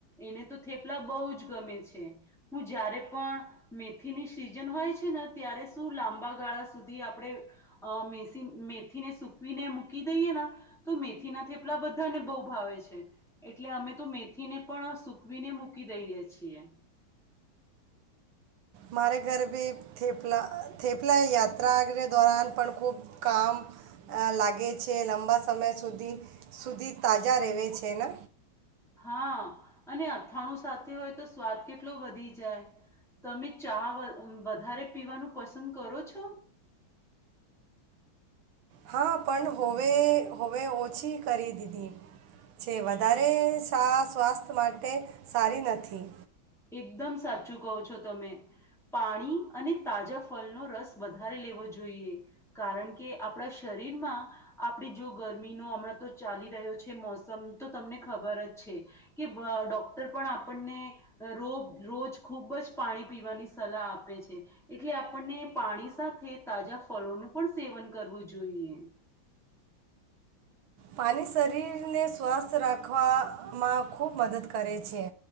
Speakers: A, in the centre; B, on the right.
A: એને તો થેપલા બહુ જ ગમે છે, હું જય્યારે પણ મેથીની સીઝન હોય છે ને ત્યારે શું લાંબા ગાળા સુધી આપણે મેસી મેથીને સુ સુકવીને મૂકી દઈએ ને તો મેથી ના થેપલા બધાને બહુ ભાવે છે, એટલે અમે તો મેથીને પણ સકવીને મૂકી દઈએ છીએ,
B: મારે ઘર ભી થેપલા થેપલા યાત્રા દોરન પણ ખૂબ કામ લાગે છે, લાંબા સમય સુધી સુધી તાજા રહે છે, ને
A: હા અને અથાણું સાથે હોય તો સ્વાદ કેટલો વધી જાય, તમે ચા વધારે પીવાનું પસંદ કરો છો?
B: હા પણ હોવે હોવે ઓછી કરી દીધી છે, વધારે શા સ્વાસ્થ્ય માટે સારી નથી
A: એકદમ સાચું કહો છો તમે પાણી અને તાજા ફલનો રસ વધારે લેવો જોઈએ, કારણ કે આપણા શરીરમાં આપણી જો ગરમીનો હમણાં તો ચાલી રહ્યો છે, મોસમ તો તમને ખબર જ છે, કે ડોક્ટર પણ આપણને રો રોજ ખૂબ જ પાણી પીવાની સલાહ આપે છે, એટલે આપણને પાણી સાથે તાજા ફળોનું પણ સેવન કરવું જોઈએ.
B: પાણી શરીરને સ્વસ્થ રાખવામાં ખૂબ મદદ કરે છે,